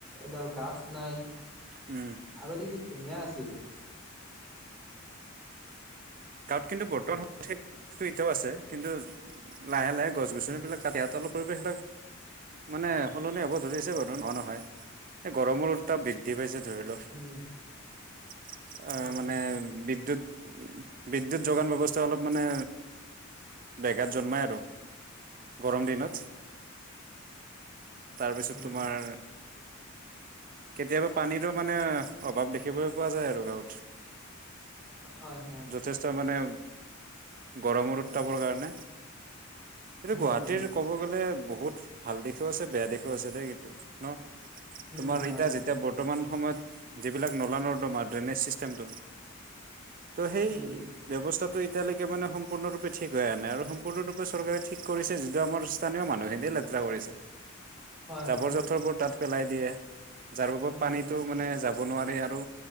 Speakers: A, in the centre; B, on the right.
A: এডাল গাছ নাই
B: উম
A: আগতে কি ধুনীয়া আছিল।
B: গাঁৱত কিন্তু বৰ্তমান সময়ত হে এইটো এতিয়াও আছে কিন্তু লাহে-লাহে গছ গছনিবিলাক
A: উম
B: কাটইতে অলপ পৰিৱেশবিলাক মানে সলনি হ'ব ধৰিছে বাৰু নোহোৱা নহয় এই গৰমত তাপ বৃদ্ধি পাইছে ধৰিলও। চি চিৰিপ চিৰিপ চিৰিপ
A: উম হয়
B: আহ মানে
A: হয়
B: বিদ্যুৎ উহ বিদ্যুৎ যোগান ব্যৱস্থা অলপ মানে বেঘাত জন্মায় আৰু গৰম দিনত। তাৰপিছত
A: উম
B: তোমাৰ কেতিয়াবা পানীৰো মানে অভাৱ দেখিবলৈ পোৱা যায় আৰু গাঁৱত।
A: হয় হয়।
B: যথেষ্ট মানে গৰমৰ উত্তাপৰ কাৰণে এইটো
A: উম
B: গুৱাহাটীৰ
A: উম
B: ক'ব গ'লে বহুত ভাল দিশো আছে বেয়া দিশো আছে দেই কিন্তু ন,
A: উম,
B: তোমাৰ
A: হয়,
B: এতিয়া
A: হয়,
B: যেতিয়া ব বৰ্তমান সময়ত যিবিলাক নলা-নৰ্দমা ড্ৰেইনেজ চিষ্টেমটো। তো সেই
A: উম,
B: ব্যৱস্থাটো এতিয়ালৈকে মানে সম্পূৰ্ণৰূপে ঠিক হৈ আনে আৰু সম্পূৰ্ণৰূপে চৰকাৰে ঠিক কৰিছে যিটো আমাৰ স্থানীয় মানুহখিনিয়ে লেতেৰা কৰিছে।
A: <inaudible>
B: জাবৰ-জোথৰ
A: হয়,
B: বোৰ তাত পেলাই দিয়ে যাৰ বাবত
A: উম,
B: পানীটো
A: উম,
B: মানে জাব হব নোৱাৰে আৰু